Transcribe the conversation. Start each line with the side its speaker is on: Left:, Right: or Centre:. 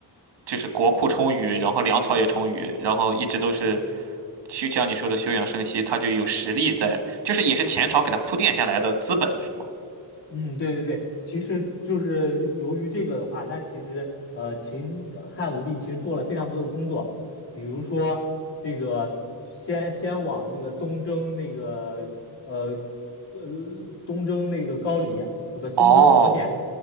Right: 就是国库充裕，然后粮草也充裕，然后一直都是。
Left: 嗯
Right: 就像你说的休养生息，他就有实力在，就是也是前朝给他铺垫下来的资本，是吗？
Left: 嗯，对对对，其实就是由于这个的话，他其实呃，秦汉武帝其实做了非常多的工作，比如说这个先先往那个东征那个呃呃东征那个高丽，呃不东征朝鲜，
Right: 哦